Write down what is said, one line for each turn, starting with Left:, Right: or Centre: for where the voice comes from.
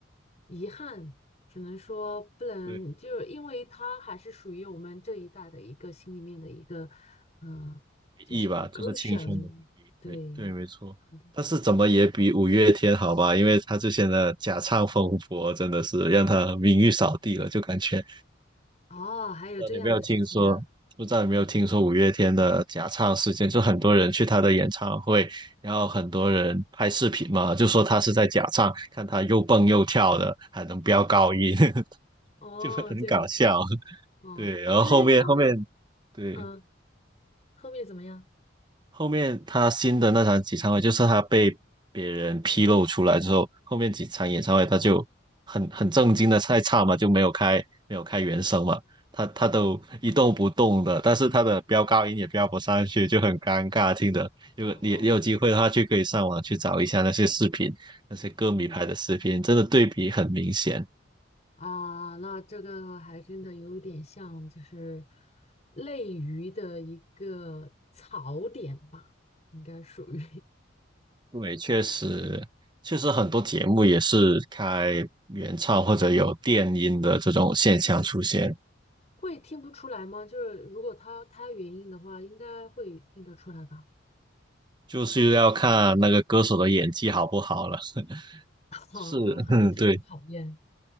Left: 遗憾，只能说不能，
Right: 对。
Left: 就因为他还是属于我们这一代的一个心里面的一个，呃，就是歌神，
Right: 艺吧，就是清轩的回忆。
Left: 对，
Right: 对对，没错。
Left: 嗯
Right: 但是怎么也比五月天好吧，因为他之前的假唱风波真的是让他名誉扫地了，就感觉。
Left: 哦，还有这样的事情啊，
Right: 不知道你有没有听说？不知道有没有听说五月天的假唱事件？就很多人去他的演唱会，然后很多人拍视频嘛，就说他是在假唱，看他又蹦又跳的，还能飙高音，<laughs>
Left: 哦，
Right: 就很搞笑。
Left: 这样子的，哦，
Right: 对，然后后面后面对
Left: 其实他们。嗯。后面怎么样？
Right: 后面他新的那场演唱会，就是他被别人披露出来之后，后面几场演唱会他就很很正经的在唱嘛，就没有开没有开原声嘛，他他都一动不动的，但是他的飙高音也飙不上去，就很尴尬听的。如果你也有机会的话，
Left: 好好好，
Right: 就可以上网去找一下那些视频，那些歌迷拍的视频，
Left: 嗯
Right: 真的对比很明显。
Left: 啊，那这个还真的有点像，就是类鱼的一个槽点吧，应该属于
Right: 对，确实。确实，很多节目也是开原唱或者有电音的这种现象出现。
Left: <laughs>，嗯，<laughs> 会听不出来吗？就是如果他他原因的话，应该会听得出来吧？
Right: 就是要看那个歌手的演技好不好了。<laughs>
Left: <laughs> 啊，
Right: 是，
Left: 还有这种考验，
Right: 嗯，对